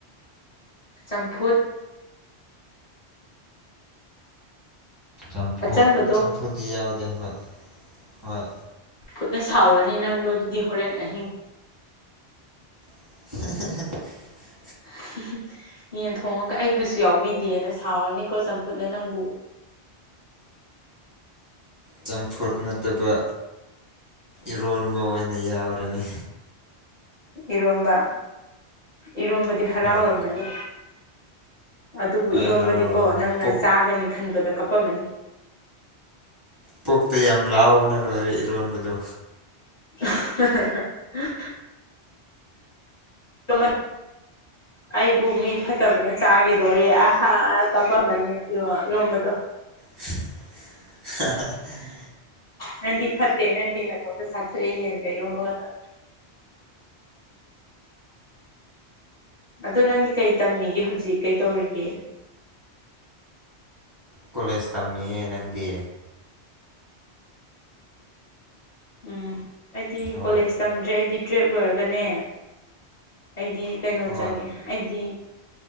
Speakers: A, on the left; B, on the right.
A: ꯆꯝꯐꯨꯠ
B: ꯆꯝꯐꯨ
A: ꯑꯆꯝꯕꯗꯣ
B: ꯆꯝꯐꯨꯗꯤ ꯌꯥꯎꯗꯦ ꯍꯣꯏ ꯍꯣꯏ
A: ꯈꯨꯠꯅ ꯁꯥꯎꯔꯅꯤ ꯅꯪꯗꯣ ꯑꯗꯨꯗꯤ ꯍꯣꯔꯦꯟ ꯑꯍꯤꯡ
B: <unintelligible>
A: <unintelligible> ꯌꯦꯟ ꯊꯣꯡꯉꯒ ꯑꯩꯕꯨꯁꯨ ꯌꯥꯎꯕꯤꯗꯦꯅ ꯁꯥꯎꯔꯅꯤꯀꯣ ꯆꯝꯐꯨꯠꯅ ꯅꯪꯕꯨ <inaudible>
B: ꯆꯝꯐꯨꯠ ꯅꯠꯇꯕ ꯏꯔꯣꯟꯕ ꯑꯣꯏꯅ ꯌꯥꯎꯔꯤꯅꯤ
A: ꯏꯔꯣꯝꯕ ꯏꯔꯣꯝꯕꯗꯤ ꯍꯔꯥꯎꯔꯝꯃꯅꯤ
B: ꯍꯣꯏ
A: ꯑꯗꯨꯕꯨ
B: ꯍꯣꯏ
A: ꯏꯔꯣꯝꯕꯗꯤ
B: ꯍꯔꯥꯎꯔꯝꯃꯅꯤ
A: ꯀꯣ ꯅꯪꯅ
B: ꯄꯨꯛ
A: ꯆꯥꯒꯅꯤ ꯈꯟꯕꯗ ꯀꯞꯄꯝꯃꯅꯤ
B: ꯄꯣꯛꯛꯇ ꯌꯥꯝ ꯂꯥꯎꯕꯅ ꯂꯣꯏꯔꯦ ꯏꯔꯣꯟꯕꯗꯨ
A: <unintelligible> ꯇꯨꯃꯟ ꯑꯩꯕꯨ ꯃꯤ ꯐꯠꯇꯕꯅ ꯆꯥꯈꯤꯗꯣꯔꯦ ꯑꯍꯥ ꯀꯞꯄꯝꯝꯕꯅꯤ ꯌꯔꯣꯟꯝꯕꯗꯣ
B: <unintelligible>
A: ꯅꯗꯤ ꯐꯠꯇꯦ ꯅꯗꯤ ꯅꯠꯇ ꯄꯁꯊ ꯌꯦ ꯂꯩꯔꯣꯝꯕꯒ ꯑꯗꯣ ꯅꯪꯗꯤ ꯀꯩ ꯇꯝꯃꯤꯒꯦ ꯍꯧꯖꯤꯛ ꯀꯩꯗꯧꯔꯤꯒꯦ
B: ꯀꯣꯂꯦꯖ ꯇꯝꯃꯤꯌꯦ ꯅꯪꯗꯤ
A: ꯎꯝ ꯑꯩꯗꯤ
B: ꯍꯣꯏ
A: ꯀꯣꯂꯦꯖ ꯇꯝꯗ꯭ꯔꯦ ꯑꯩꯗꯤ ꯇ꯭ꯔꯦꯞ ꯂꯣꯏꯔꯒꯅꯦ ꯑꯩꯗꯤ ꯀꯩꯅꯣ
B: ꯍꯣꯏ
A: ꯆꯪꯉꯦ ꯑꯩꯗꯤ